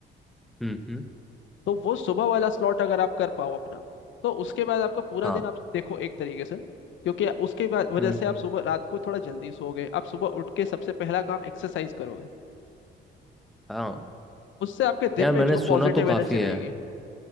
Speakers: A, in the centre; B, on the left.
A: हम्म, हम्म,
B: तो वो सुबह वाला स्लॉट अगर आप कर पाओ अपना तो उसके बाद आपका पूरा
A: हाँ
B: दिन आप देखो एक तरीके से क्योंकि उसके बाद वजह
A: हम्म
B: से आप
A: हम्म
B: सुबह रात को थोड़ा जल्दी सोओगे आप सुबह उठ के सबसे पहला काम एक्सरसाइज करोगे
A: हाँ
B: उससे आपके दिन
A: यार
B: में
A: मैंने
B: जो
A: सुना
B: पॉजिटिव
A: तो
B: एनर्जी
A: काफी
B: रहेगी
A: है